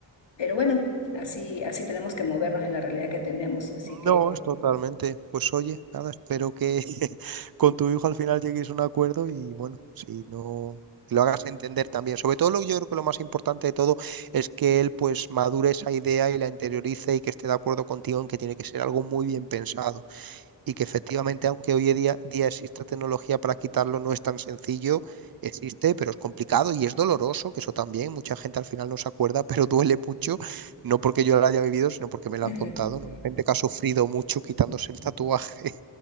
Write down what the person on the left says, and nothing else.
pero bueno, así, así tenemos que movernos en la realidad que tenemos, así que,
<laughs>